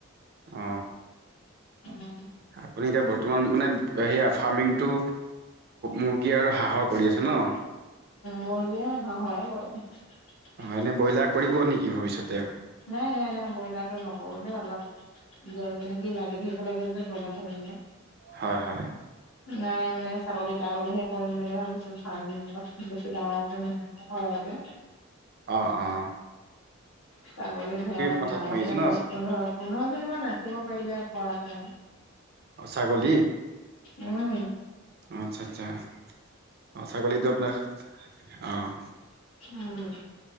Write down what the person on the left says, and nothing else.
উম উম
মুৰ্গী আৰু হাহৰ কৰে।
নাই - নাই - নাই ব্ৰইলাৰ টো নক ৰো দে অলপ যে মানে কি লাগি ধৰিব লাগে যে ব্ৰইলাৰ থে
নাই মানে ছাগলী তাগলীহে কৰিম বুলি ভাবিছো ফাৰ্মি লগত বেছি ডাঙৰকে মানে। হয় দে।
ছাগলীৰ ধৰত
ডাঙৰকে
দহ পোন্ধৰ পোন্ধৰজনমান আ থাকিব পাৰিলে পৰাকে
উম,
উম,